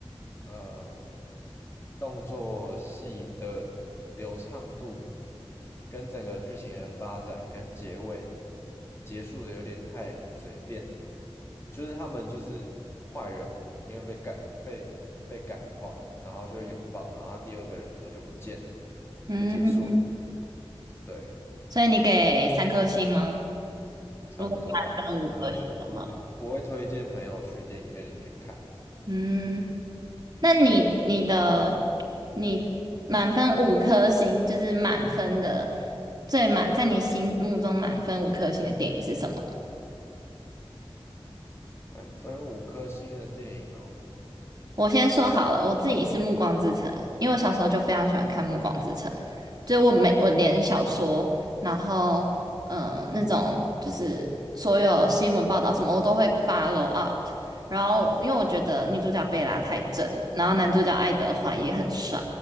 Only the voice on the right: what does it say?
嗯，
所以你给三颗星吗？
如果满分五颗星的话，
嗯，那你你的你满分五颗星，就是满分的最满，在你心目中满分五颗星的电影是什么？
我先说好了，我自己是《暮光之城》，因为我小时候就非常喜欢看《暮光之城》，就我每我连小说，然后嗯，那种就是所有新闻报道什么，我都会 follow up。然后因为我觉得女主角贝拉太正了，然后男主角爱德华也很帅，